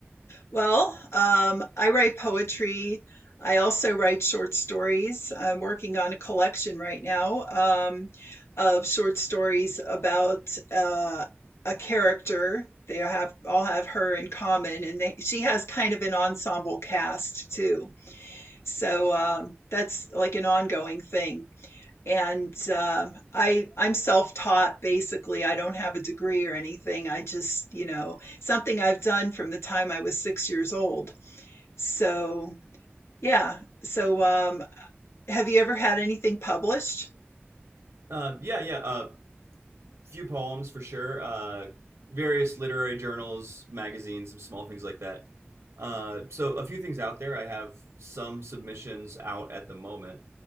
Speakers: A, on the left; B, on the right.
A: Well, um, I write poetry. I also write short stories. I'm working on a collection right now um, of short stories about uh, a character. They have all have her in common, and they, she has kind of an ensemble cast too. So um, that's like an ongoing thing. and um, I I'm self-taught basically. I don't have a degree or anything. I just, you know, something I've done from the time I was six years old. So yeah. So um, have you ever had anything published?
B: Uh, yeah, yeah. Uh, few poems for sure. Uh, various literary journals, magazines, some small things like that. Uh, so a few things out there. I have some submissions out at the moment,